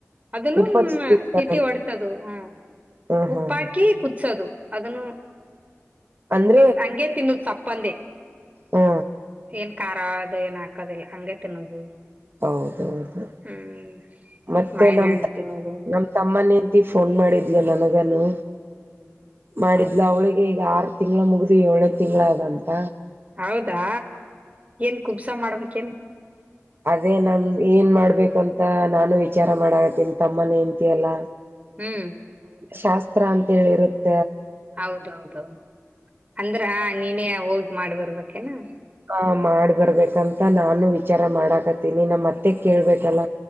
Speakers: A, on the right (about 25°); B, on the right (about 45°).
A: ಅದನ್ನು
B: ಉಪ್ಪಚ್ಚಿ ತಿಂತಾರಲ್ಲ
A: ಸಿಟಿ ಒಡ್ಸದು ಹ್ಮ
B: ಹ್ಮ್
A: ಉಪ್ಪಾಕಿ
B: ಹ್ಮ್ ಹ್ಮ್
A: ಕುುದಸೋದು. ಅದನ್ನು
B: ಅಂದ್ರೆ
A: ಸಂಗೆ ತಿನ್ನು ಚಪ್ಪಂದೆ
B: ಹಾ
A: ಏನ್ ಖಾರ ಅದ ಏನ್ ಹಾಕದಿಲ್ಲ ಹಗೆ ತಿನ್ನೋದು
B: ಹೌದೌದು
A: ಹ್ಮ್
B: ಮತ್ತೆ
A: ಮಾವಿನ
B: ನಮ
A: ಹಣ್ಣು ತಿನ್ನೋದು
B: ನಮ್ ತಮ್ಮನಿಂದ ಫೋನ್ ಮಾಡಿದ್ಲ ನನಗನು ಮಾಡಿದ್ಲ ಅವಳಿಗೆ ಈಗ ಆರು ತಿಂಗಳ ಮುಗ್ದ ಏಳನ ತಿಂಳದಂತ
A: ಹೌದಾ ಏನ್ ಕುಬ್ಸ ಮಾಡ್ಬೇಕಕ್ೇನ್
B: ಅದೇ ನಮ ಏನ್ ಮಾಡ್ಬೇಕುಂತ ನಾನು ವಿಚಾರ ಮಾಡಾಗತೀನಿ ತಮ್ಮನ ಹೆಂಡತಿಯಲ್ಲ
A: ಹ್ಮ್
B: ಶಾಸ್ತ್ರ ಅಂತ ಹೇಳಿರುತ್ತೆ
A: ಹೌದೌದೌದು ಅಂದ್ರ ನೀನೇ ಹೋಗ್ ಮಾಡ್ ಬರ್ಬೇಕಕೇನಾ
B: ಹ ಮಾಡ್ಬರ್ಬೇಕಂತ ನಾನು ವಿಚಾರ ಮಾಡಾಕತ್ತೀನಿ ನಮ್ಮ ಮತ್ತೆ ಕೇಳ್ಬೇಕಲ್ಲ